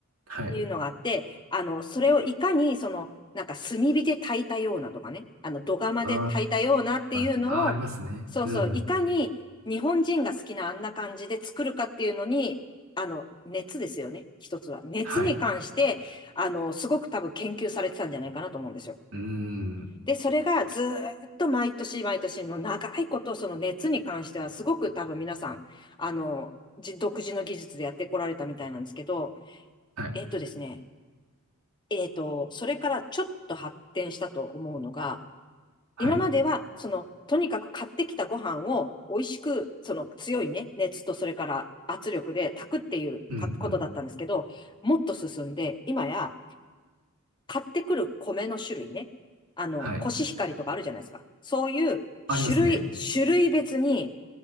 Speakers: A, on the right (about 80°); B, on the left (about 20°).
A: はい。
B: いうのがあって、あの、それをいかに、その、なんか炭火で炊いたようなとかね、あの、土釜で炊いたようなっていうのを、
A: あー、あー、ありますね。
B: そうそう、
A: うん。
B: いかに日本人が好きなあんな感じで作るかっていうのに、あの、熱ですよね、一つは。熱に関して、
A: はい。
B: あの、すごく多分研究されてたんじゃないかなと思うんですよ。
A: うん。
B: で、それがずーっと毎年毎年、もう長いこと、その熱に関しては、すごく多分皆さん、あの、じ独自の技術でやってこられたみたいなんですけど、
A: はい。
B: えっとですね、えっと、それからちょっと発展したと思うのが、
A: はい。
B: 今までは、その、とにかく買ってきたご飯を美味しく、その強いね、熱とそれから圧力で炊くっていうかことだったんですけど、
A: うん、うん。
B: もっと進んで、今や買ってくる米の種類ね、あの、
A: はい。
B: コシヒカリとかあるじゃないですか。そういう種類、
A: ありますね。
B: 種類別に